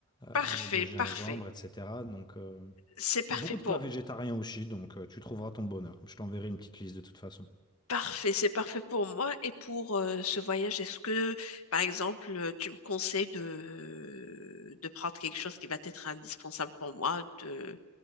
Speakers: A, on the left; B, on the left.
A: euh,
B: parfait,
A: de gingembre,
B: parfait.
A: etc. Donc, euh,
B: C'est parfait
A: beaucoup
B: pour,
A: de plats végétariens aussi, donc euh, tu trouveras ton bonheur. Je t'enverrai une petite liste de toute façon.
B: Parfait, c'est parfait pour moi et pour euh, ce voyage. Est-ce que, par exemple, euh, tu me conseilles de, de prendre quelque chose qui va être indispensable pour moi, de,